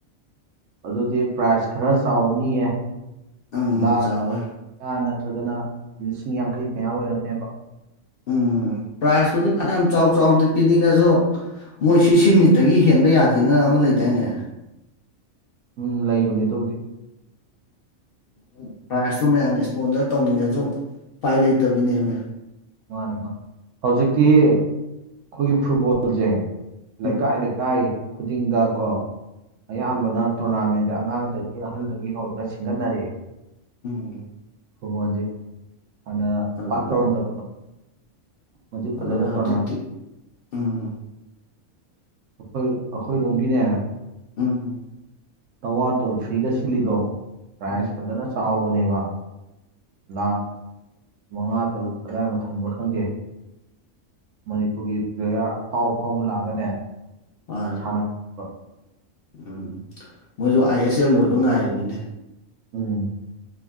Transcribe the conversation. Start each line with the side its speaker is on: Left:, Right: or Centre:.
Right: ꯑꯗꯨꯗꯤ ꯄ꯭ꯔꯥꯏꯖ ꯈꯔ ꯆꯥꯎꯔ ꯃꯤꯌꯦ
Left: ꯎꯝ
Right: ꯂꯥꯈ
Left: ꯆꯥꯎꯋꯦ
Right: ꯅꯠꯇ꯭ꯔꯒꯅ ꯂꯤꯁꯤꯡ ꯌꯥꯡꯈꯩ ꯃꯌꯥ ꯑꯣꯏꯔꯝꯅꯦꯕ
Left: ꯎꯝ ꯄ꯭ꯔꯥꯏꯖꯄꯨꯗꯤ ꯐꯅꯌꯥꯝ ꯆꯥꯎ ꯆꯥꯎꯗꯤ ꯄꯤꯅꯤꯡꯉꯁꯨ ꯃꯣꯏ ꯁꯤ ꯁꯤꯃꯤꯠꯇꯒꯤ ꯍꯦꯟꯕ ꯌꯥꯗꯦꯅ ꯑꯃ ꯂꯩꯗꯥꯏꯅꯦ
Right: ꯎꯝ ꯂꯩꯕꯅꯦ ꯑꯗꯨꯕꯨꯗꯤ
Left: ꯎꯝ ꯄ꯭ꯔꯥꯏꯖꯇꯣ ꯃꯌꯥꯝꯅ ꯏꯁꯄꯣꯟꯖꯔ ꯇꯧꯅꯤꯡꯉꯁꯨ ꯎꯄꯥꯏ ꯂꯩꯇꯕꯤꯅꯦꯃꯦ
Right: ꯃꯥꯅꯤ ꯃꯥꯅꯤ ꯍꯧꯖꯤꯛꯇꯤ ꯑꯩꯈꯣꯏꯒꯤ ꯐꯨꯠꯕꯣꯜꯁꯦ
Left: ꯎꯝ
Right: ꯂꯩꯀꯥꯏꯗ ꯂꯩꯀꯥꯏ ꯈꯨꯗꯤꯡꯗ ꯀꯣ ꯑꯌꯥꯝꯕꯅ
Left: ꯎꯝ
Right: ꯇꯣꯔꯅꯥꯃꯦꯟꯁꯦ ꯑꯉꯥꯡꯗꯒꯤ ꯑꯍꯜꯗꯒꯤ ꯍꯧꯔꯒ ꯁꯤꯡꯒꯠꯅꯔꯛꯑꯦ
Left: ꯎꯝ
Right: ꯍꯕꯣꯟꯖꯤꯛ ꯍꯥꯟꯅ
Left: ꯑꯗꯨꯅꯦ
Right: ꯄꯥꯛ ꯇꯧꯔꯝꯖꯕ ꯇꯣ ꯃꯖꯤ ꯐꯖꯥꯗ
Left: ꯑꯗꯨꯅꯦ ꯍꯧꯖꯤꯛꯇꯤ
Right: ꯇꯧꯅꯥ ꯦ
Left: ꯎꯝ
Right: ꯑꯩꯈꯣꯏ ꯑꯩꯈꯣꯏꯔꯣꯝꯒꯤꯅꯦ
Left: ꯎꯝ
Right: ꯇꯋꯥ ꯇꯣꯜꯐ꯭ꯔꯤꯒ ꯁꯤꯜꯂꯤꯗꯣ ꯄ꯭ꯔꯥꯏꯖ
Left: ꯎꯝ
Right: ꯐꯖꯅ ꯆꯥꯎꯕꯅꯦꯕ ꯂꯥꯈ ꯃꯉꯥ ꯇꯔꯨꯛ ꯀꯗꯥꯏꯃꯨꯛ ꯊꯝꯕ꯭ꯔꯥ ꯈꯪꯗꯦ ꯃꯅꯤꯄꯨꯔꯒꯤ ꯄ꯭ꯂꯦꯌꯥꯔ ꯑꯐꯥꯎ ꯑꯐꯥꯎꯕ ꯂꯥꯛꯑꯒꯅꯦ
Left: ꯍꯣꯏ
Right: ꯁꯥꯟꯅꯕ
Left: ꯎꯝ ꯃꯣꯏꯁꯨ ꯑꯥꯏ ꯑꯦꯁ ꯑꯦꯜ ꯂꯣꯏꯕ ꯉꯥꯏꯔꯤꯕꯃꯤꯅꯦ
Right: ꯎꯝ